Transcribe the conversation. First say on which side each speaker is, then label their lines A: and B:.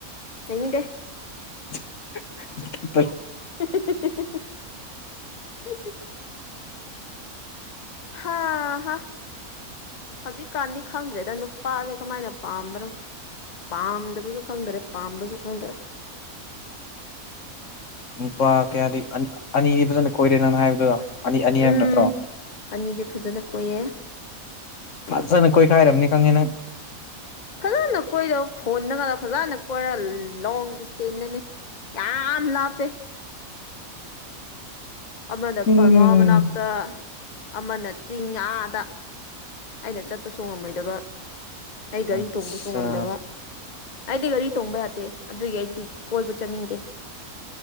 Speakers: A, on the left (about 35°); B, on the left (about 60°).
A: ꯆꯩꯅꯤꯡꯗꯦ
B: <unintelligible>
A: ꯍꯦꯍꯦꯍꯦ ꯍꯥꯥ ꯍꯥ ꯍꯧꯖꯤꯛꯀꯥꯟꯗꯤ ꯈꯪꯗ꯭ꯔꯦꯗ ꯅꯨꯄꯥꯁꯦ ꯀꯃꯥꯏꯅ ꯄꯥꯝꯕꯅꯣ ꯄꯥꯝꯗꯕꯁꯨ ꯈꯪꯗꯔꯦ ꯄꯥꯝꯕꯁꯨ ꯈꯪꯗꯔꯦ
B: ꯅꯨꯨꯄꯥ ꯀꯌꯥꯗꯤ ꯑꯅꯤ- ꯑꯅꯤꯗꯤ ꯐꯖꯅ ꯀꯣꯏꯔꯦ ꯅꯪ ꯍꯥꯏꯕꯗꯨ ꯑꯅꯤ ꯑꯅꯤ ꯍꯥꯏꯕ
A: ꯎꯝ
B: ꯅꯠꯇ꯭ꯔꯣ
A: ꯑꯅꯤꯗꯤ ꯐꯖꯅ ꯀꯣꯏꯌꯦ
B: ꯐꯖꯅ ꯀꯣꯏ ꯈꯥꯏꯔꯝꯅꯤ ꯈꯪꯉꯦ ꯅꯪ
A: ꯐꯖꯅ ꯀꯣꯏꯔ ꯐꯣꯟꯗꯒ ꯐꯖꯅꯒ ꯀꯣꯏꯔ ꯂꯣꯡ ꯗꯤꯁꯇꯦꯟꯁꯇꯅꯤ ꯌꯥꯝ ꯂꯥꯞꯄꯦ ꯑꯃꯅ
B: ꯎꯝ
A: ꯕꯔꯃꯥ ꯃꯅꯥꯛꯇ ꯑꯃꯅ ꯆꯤꯡ ꯑꯥꯗ ꯑꯩꯅ ꯆꯠꯄꯁꯨ ꯉꯝꯃꯣꯏꯗꯕ ꯑꯩ ꯒꯥꯔꯤ
B: ꯑꯠꯆꯥ
A: ꯇꯣꯡꯕꯁꯨ ꯉꯝꯗꯕ ꯑꯩꯗꯤ ꯒꯥꯔꯤ ꯇꯣꯡꯕ ꯌꯥꯗꯦ ꯑꯗꯨꯒꯤ ꯑꯩꯗꯤ ꯀꯣꯏꯕ ꯆꯠꯅꯤꯡꯗꯦ